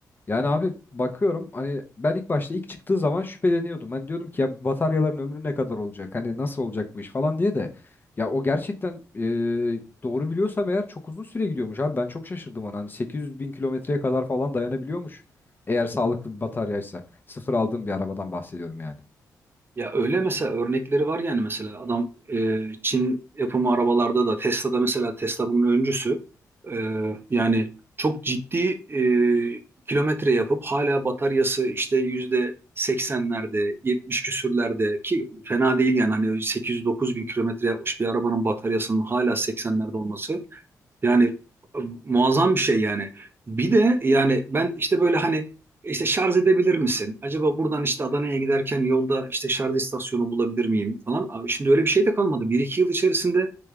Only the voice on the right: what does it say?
Ya öyle mesela örnekleri var yani mesela adam e, Çin yapımı arabalarda da Tesla'da mesela Tesla bunun öncüsü. E, yani çok ciddi e, kilometre yapıp hala bataryası işte yüzde seksenlerde 70 küsürlerde ki fena değil yani hani 800-9 bin kilometre yapmış bir arabanın bataryasının hala seksenlerde olması Yani e, muazzam bir şey yani. Bir de yani ben işte böyle hani işte şarj edebilir misin? Acaba buradan işte Adana'ya giderken yolda işte şarj istasyonu bulabilir miyim falan. Abi şimdi öyle bir şey de kalmadı. Bir iki yıl içerisinde